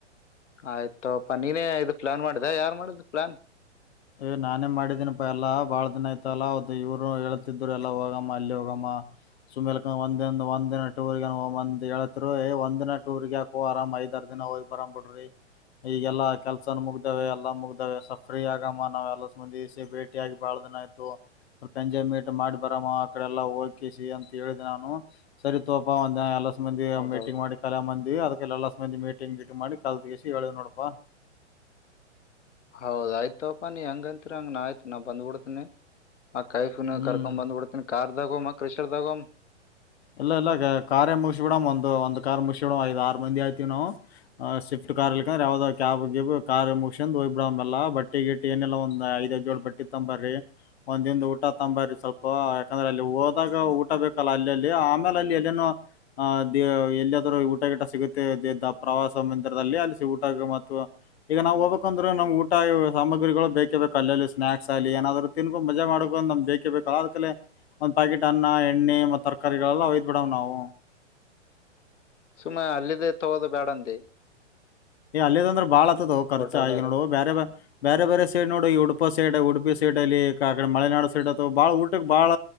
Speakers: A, on the left (about 75°); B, on the left (about 60°).
A: ಆಯ್ತಪಾ ನೀನೇ ಇ ಪ್ಲಾನ್ ಮಾಡ್ದ ಯಾರ್ು ಮಾಡಿದ ಪ್ಲಾನ್
B: ಯ ನಾನೇ ಮಾಡಿದೀನಪ್ಪಾ ಎಲ್ಲಾ ಬಾಳ ದಿನ ಆಯತಲ್ಲಾ ಅವ ಇವ್ರು ಹೇಳ್ತಿದ್ರು ಎಲ್ಲಾ ಹೋಗಮ್ಮ ಅಲ್ಲಿ ಹೋಗಮ್ಮ ಸುಮ್ಲ್ಕ ಒಂದ ಒಂದ್ಿನ ಟೂರ್ಗಂದ್ ಹೇಳತ್ರು ಒಂದ್ ದಿನ ಟೂರ್ಗ ಯಾಕು ಆರಾಮ್ ಐದ ಆರ್ ದಿನ ಹೋಗಿ ಬರ್ ಬಿಡ್ರಿ ಈಗೆಲ್ಲಾ ಕೆಲ್ಸನ ಮುಗ್ದಾವ ಎಲ್ಲಾ ಮುಗ್ದಾವೆ ಸಫ್ರಿ ಆಗ ನಾವೆಲ್ಲಬಂದಿಸ ಭೇಟಿಿಯಾಗಿಿ ಬಾಳ್ದನ ಆ್ತು ಅವ ಗಂಜೆ ಮೀಟ್ ಮಾಡಿ ಬರಮ್ಮ ಅಕಡೆ ಎಲ್ಲಾ ಹೋಗ್ಿಿಸಿ ಅಂತ ಹೇಳಿದ ನಾನು ಸರಿ ತೋಪ ಒಂದ ಎಲ್ಲ ಮಂದಿ
A: ಹೌದೌದು
B: ಮೀಟಿಂಗ್ ಮಾಡಿ ಕಲೆ ಮಂದಿ ಅದಕ್ಕೆಲ್ಲ ಮಂದಿ ಮೀಟಿಂಗ್ ೀಟಿಂಗ್ ಮಾಡಿ ಕಾಲ್ ತಗಿಸಿಿ ಹೇಳೇವ್ ನೋಡಪಾ
A: ಹೌದಯ್ತಪ್ಪ ನೀ ಹೆಂಗಂತಿರಿ ಹಂಗ ನಾ ಆಯ್ತು ನಾ ಬಂದ್ಬ ಬಿಡ್ತೀನಿ ಮ ಕೈಫನ್
B: ಹ್ಮ್
A: ಕರ್ಕೊ್ ಬಂದ್ ಬಿಡ್ತನಿ ಕಾರ್ದಾಗೋ್ ಕ್ರಿಷರ್ದಾಗೋಮ್
B: ಇಲ್ಲ ಇಲ್ಲ ಕಾರೇ ಮುಗಸಿ ಬಿಡಮ್ ಒಂದು ಒಂದ್ ಕಾರ್ ಮುಗಸಿ ಬಿಡಮ್ ಐದ್ ಆರು ಮಂದಿ ಆಯ್ತಿವಿ ನಾವು ಆ ಶಿಫ್ಟ್ ಕಾರ್ ಇಲಿಕಂದ್ರೆ ಯಾವ್ದ ಕ್ಯಾಬ್ ಗಿಬ್ ಕಾರ್ ಮುಗಸ್ ಹೋಗ್ ಬಿಡಲ್ಲ ಬಟ್ಟಿ ಗಿಟ್ ಏನೆಲ್ಲ ಒಂದ ಜೋಳ ರೋಟಿ ತಂಬರ್ರಿ ಒಂದಿಂದ ಊಟ ತಬನ್ರಿ ಸ್ವಲ್ಪ ಯಾಕಂದ್ರೆ ಅಲ್ಲಿ ಹೋದಾಗ ಊಟ ಬೇಕಲ್ಲ ಅಲ್ಲಿ ಅಲ್ಲಿ ಆಮೇಲೆ ಅಲ್ಲಿ ಏನೇನೋ ಅಹ ದ ಎಲ್ಲಿದ್ರೂ ಊಟಗಿಟ ಸಿಗುತ್ತೆ ಪ್ರವಾಸ ಮಂದಿರದಲ್ಲಿ ಅಲ್ಲಿ ಊಟ ಮತ್ತು ಈಗ ನಾವ್ ಹೋಗ್ಬೇಕ ಅಂದ್ರೆ ನಮ್ ಊಟ ಸಾಮಗ್ರಿಗಳು ಬೇಕೇ ಬೇಕು ಅಲ್ಲ ಅಲ್ಲಿ ಸ್ನಾಕ್ಸ್ ಅಲ್ಲಿ ಏನಾದ್ರು ತಿನ್ಕೊಂಡು ಮಜಾ ಮಾಡಕು ನ್ ಬೇಕೇ ಬೇಕ ಅದಕ್ಕೆ ಒಂದು ಪ್ಯಾಕೆಟ್ ಅನ್ನ ಎಣ್ಣೆ ಮತ್ ತರಕರಿ ತರಕಾರಿಗಳು ಎಲ್ಲಾ ಒಯ್ದಿ ಬಿಡಾವು ನಾವು
A: ಸುಮ್ನ ಅಲ್ಲದೆೇ ತಗೋದು ಬ್ಯಾಡ ಅಂದಿ
B: ಅಲ್ಲಿದ ಅಂದ್ರೆ ಬಾಳ ಆತದ ಖರ್ಚ
A: ಹೋಟೆಲ್ದಾಗ
B: ಆಗ ನೋಡುಬೇರೆ ಬೇರೆ ಸೈಡ್ ನೋಡಿ ಈ ಉಡುಪಾ ಸೈಡ್ ಉಡುಪಿ ಪಿ ಸೈಡ್ ಅಲ್ಲಿ ಕಡೆ ಮಲೆನಾಡು ಸೈಡ್ ಅ ಬಹಳ ಊಟ ಬಹಳ